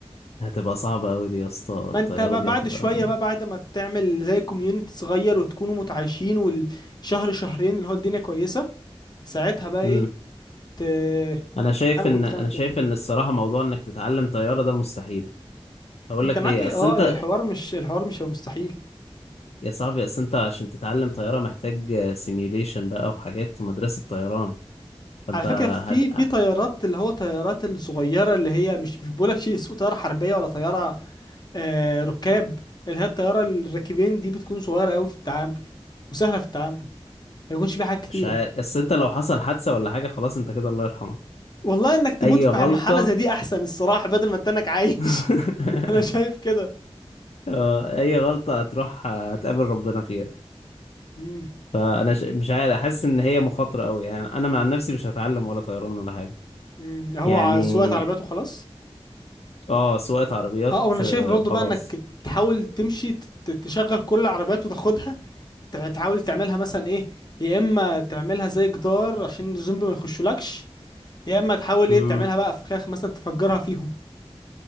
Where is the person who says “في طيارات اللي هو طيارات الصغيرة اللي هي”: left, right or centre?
Left